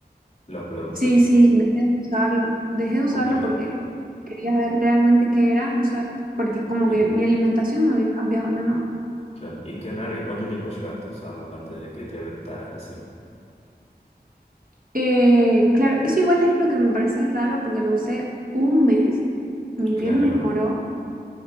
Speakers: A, on the left; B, on the right.
A: los productos,
B: Sí,
A: digo.
B: sí, dejé de usarlo. Dejé de usarlo
A: Ok.
B: porque quería ver realmente qué era, no sé, porque como
A: Y
B: que mi alimentación no había cambiado nada.
A: claro, y qué raro, ¿y cuánto tiempo llegaste a usarlos antes de que te brotaras así?
B: Eh, claro, eso igual es lo que me parece raro porque lo usé un mes, mi piel
A: Claro,
B: mejoró